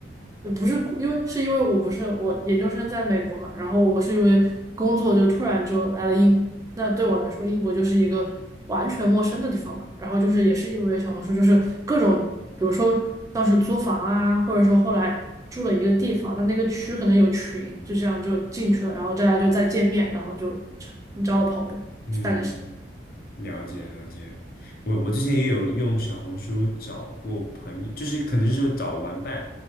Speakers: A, on the right; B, on the left.
A: 也不是因为是因为我不是我研究生在美国嘛，然后我是因为工作就突然就来了英国。那对我来说，英国就是一个完全陌生的地方嘛。然后就是也是因为小红书，就是各种，比如说当时租房啊，或者说后来住了一个地方，那那个区可能有群，就这样就进去了，然后大家就再见面，然后就成交了朋友，
B: 嗯，
A: 大概是这样。
B: 了解了解。我我之前也有用小红书找过朋友，
A: 嗯
B: 就是可能就是找玩伴，